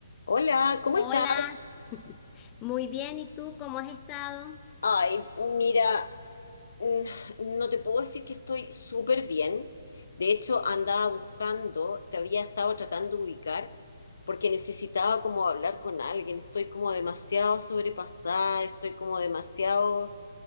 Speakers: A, on the left; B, on the left.
A: Hola, ¿cómo
B: Hola,
A: estás?
B: <laughs> muy bien, ¿y tú cómo has estado?
A: Ay, mira, mm, no te puedo decir que estoy súper bien. De hecho, andaba buscando, te había estado tratando de ubicar, porque necesitaba como hablar con alguien. Estoy como demasiado sobrepasada, estoy como demasiado,